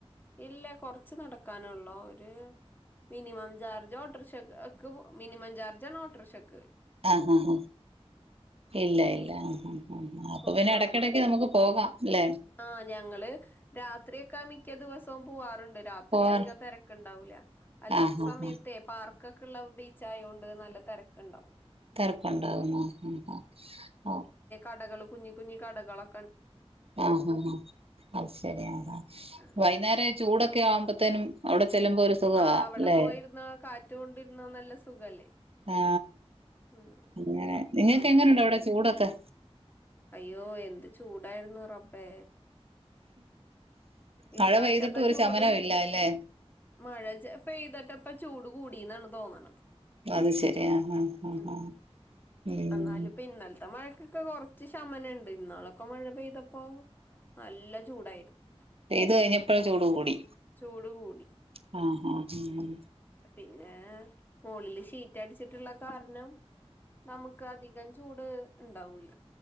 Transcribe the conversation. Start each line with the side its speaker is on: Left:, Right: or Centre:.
Left: ഇല്ല കൊറച്ച് നടക്കാനൊള്ളു ഒരു മിനിമം ചാർജ ഓട്ടോർഷക്ക്‌ ക്ക്‌ മിനിമം ചാർജാണ് ഓട്ടോർഷക്ക്
Right: ആ ഹാ ഹാ ഇല്ല ഇല്ല ആ ഹാ ഹാ ഉം അപ്പോ
Left: കൊറച്ച്
Right: പിന്നെ
Left: നടന്നാ
Right: എടക്കെടക്ക്
Left: മതി
Right: നമുക്ക് പോകാം ലെ
Left: ആഹ് ഞങ്ങള് രാത്രിയൊക്കെ മിക്ക ദിവസോം പോവാ ണ്ട് രാത്രിയധികം
Right: പോവാറ്
Left: തിരക്ക്ണ്ടാവൂല അല്ലാത്ത
Right: ആ ആ
Left: സമയത്തെ
Right: ആ
Left: പാർക്കക്ക്ള്ള ബീ ച്ചായോണ്ട് നല്ല തെരക്കൊണ്ടാവും
Right: തെരക്കുണ്ടാകുമോ ഉം ആ ആ
Left: കടകളും കുഞ്ഞി കുഞ്ഞി കടകളാ
Right: ആ ആ ആ അതു ശരിയാണ്
Left: ആഹ്
Right: വൈകുന്നേരം ചൂടൊക്കെ ആവുമ്പോതേനും അവിടെ ചെല്ലുമ്പോ ഒരു സുഖവാ
Left: ആ അവിടെ
Right: അല്ലെ
Left: പോയിരുന്ന കാറ്റ് റ്റു കൊണ്ടിരുന്ന നല്ല സുഖല്ലേ
Right: ആ
Left: ഉം
Right: അങ്ങനെ നിങ്ങക്ക്
Left: അങ്ങനെ
Right: എങ്ങനെ ഉണ്ട് അവിടെ ചൂടൊക്കെ
Left: അയ്യോ എന്ത് ചൂടായിരുന്നു റം ബ്ബെ ഇപ്രാവശ്യത്തെ
Right: മഴ പെയ്തിട്ടും ഒരു
Left: ചൂട്
Right: ശമനമില്ല അല്ലേ
Left: മഴ ചാ പെയ്തിട്ട് ഇപ്പൊ ചൂട് കൂടീന്നാണ് തോന്ന്ണത്
Right: അത് ശെരി ആ ആ ആ
Left: മ്
Right: ആ ഉം
Left: എന്നാലും ഇപ്പൊ ഇന്നലത്തെ മഴ ക്ക് കുറച്ച് ശമനം ഇണ്ട് ഇന്നാളൊക്കെ മഴ പെയ്തപ്പോ നല്ല ചൂടായിരുന്നു
Right: പെയ്ത് കഴിഞ്ഞപ്പോ ചൂട് കൂടി
Left: ചൂട് കൂടി
Right: ഹ ഹ ഹ
Left: പിന്നെ മോളിൽ ഷീറ്റടിച്ച് ട്ട് ള്ള കാരണം നമ്മുക്ക് അധികം <unintelligible> ചൂട് ഉണ്ടാവൂല